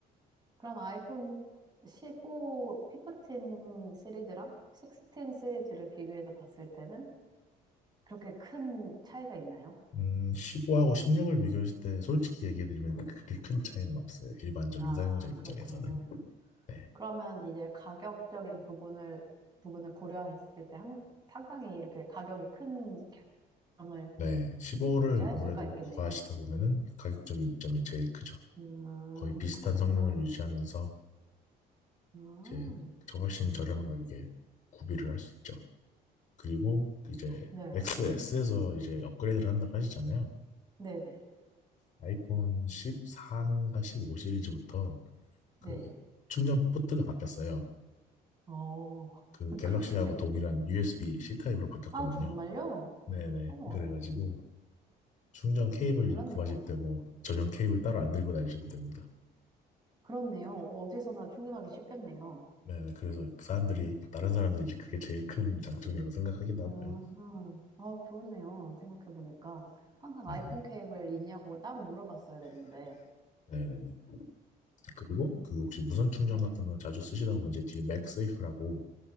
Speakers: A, on the right; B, on the left.
A: 그럼 아이폰 15, 15 시리즈랑 16 시리즈를 비교해서 봤을 때는 그렇게 큰 차이가 있나요?
B: 음, 15하고 16을 비교했을 때 솔직히 얘기해드리면 그렇게 큰 차이는 없어요. 일반적인
A: 아,
B: 사용자 입장에서는.
A: 그렇군요.
B: 네.
A: 그러면 이제 가격적인 부분을, 부분을 고려했을 때 한- 상당히 이렇게 가격이 큰 결정을
B: 네. 15를
A: 이제 할
B: 아무래도
A: 수가 있겠네요.
B: 구하시다 보면은 가격적인 이점이 제일 크죠.
A: 아,
B: 거의 비슷한
A: 그렇군요.
B: 성능을 유지하면서
A: 아, 어,
B: 이제 저 훨씬 저렴한 가격에 구비를 할 수 있죠. 그리고 이제
A: 네.
B: XS에서 이제 업그레이드를 한다고 하시잖아요.
A: 네네.
B: 아이폰 14인가 15 시리즈부터
A: 네.
B: 그 충전 포트가 바뀌었어요.
A: 어,
B: 그
A: <laughs>
B: 갤럭시하고
A: 그렇군요.
B: 동일한 USB-C 타입으로 바뀌었거든요.
A: 아, 정말요?
B: 네네.
A: 어머,
B: 그래가지고 충전 케이블
A: 몰랐네요.
B: 이제 구하실 때 뭐 전용 케이블 따로 안 들고 다니셔도 됩니다.
A: 그렇네요. 어디서나 충전하기 쉽겠네요.
B: 네, 그래서 사람들이 다른 사람들이 이제 그게 제일 큰 장점이라고 생각하기도
A: 아하,
B: 하고요.
A: 아, 그렇네요. 생각해보니까. 항상
B: 네네.
A: 아이폰 케이블 있냐고 따로 물어봤어야 됐는데.
B: 네네네. 그리고 그 혹시 무선 충전
A: 네.
B: 같은 걸 자주 쓰시다 보면 이제 뒤에 맥세이프라고